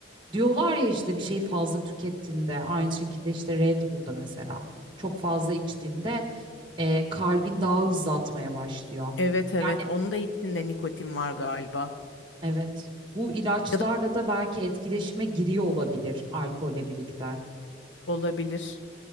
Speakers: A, on the right; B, on the left.
A: Diyorlar ya işte bir şey fazla tükettiğinde aynı şekilde işte Red Bull'da mesela çok fazla içtiğinde e, kalbin daha hızlı atmaya başlıyor.
B: Evet evet,
A: Yani
B: onun da içinde nikotin var galiba.
A: Evet. Bu ilaçlarla
B: Ya da
A: da belki etkileşime giriyor olabilir alkolle birlikte.
B: olabilir.